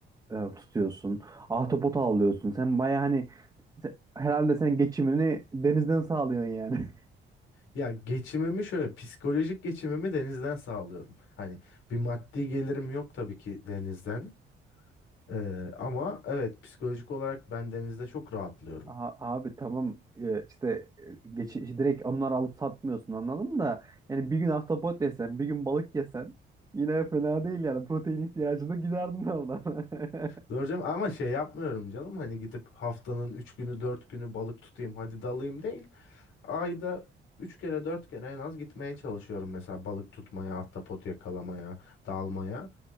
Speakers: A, on the right; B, on the left.
A: e, tutuyorsun. Ahtapot avlıyorsun. Sen baya hani Se- Herhalde sen geçimini denizden sağlıyorsun yani. <laughs>
B: Ya geçimimi şöyle psikolojik geçimimi denizden sağlıyorum. Hani bir maddi gelirim yok tabii ki denizden. Ee, ama evet psikolojik olarak ben denizde çok rahatlıyorum.
A: Aha, abi tamam Ee, işte e, geç, işte direkt onları alıp satmıyorsun anladım da yani bir gün ahtapot yesen bir gün balık yesen yine fena değil yani protein ihtiyacını giderdin oradan. <laughs>
B: Doğru ama şey yapmıyorum canım hani gidip haftanın 3 günü 4 günü balık tutayım hadi dalayım değil. Ayda 3 kere 4 kere en az gitmeye çalışıyorum mesela balık tutmaya, ahtapot yakalamaya, dalmaya.